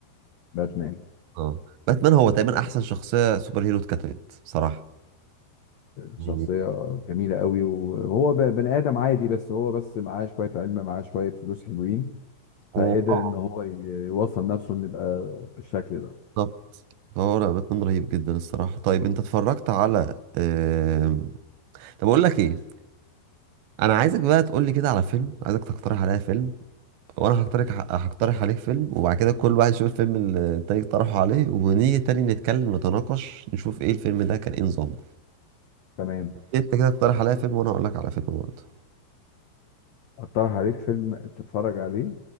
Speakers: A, on the left; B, on the right.
A: باتمان
B: اه باتمان هو تقريبا احسن شخصيه سوبر هيرو اتكتبت بصراحه يعني
A: شخصية جميلة قوي وهو ب- بني آدم عادي بس هو بس معاه شوية علم معاه شوية فلوس حلوين
B: و-
A: فقدر
B: آه،
A: إن هو ي- يوصل نفسه إنه يبقى بالشكل ده
B: بالظبط اه لا باتمان رهيب جدا الصراحه طيب انت اتفرجت على آم، طب اقول لك ايه انا عايزك بقى تقول لي كده على فيلم عايزك تقترح عليا فيلم وانا هقترح هقترح عليك فيلم وبعد كده كل واحد يشوف الفيلم اللي التاني اقترحه عليه ونيجي تاني نتكلم نتناقش نشوف ايه الفيلم ده كان ايه نظامه
A: تمام
B: انت كده اقترح عليا فيلم وانا اقول لك على فيلم برضه
A: أقترح عليك فيلم تتفرج عليه